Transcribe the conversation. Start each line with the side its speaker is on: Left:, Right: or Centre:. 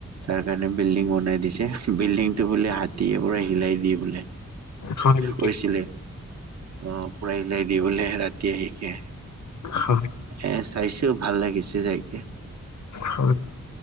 Right: তাৰ সেই কাৰণে বিল্ডিং বনাই দিছে। বিল্ডিং টো বোলে হাতীয়ে পোৰা হিলাই দিয়ে বোলে।
Left: হয় নেকি
Right: কৈছিলে এ। অ পোৰা হিলাই দিয়ে বোলে ৰাতি আহিকে।
Left: হয়
Right: এ চাইছোও, ভাল লাগিছে যাইকে।
Left: হয়,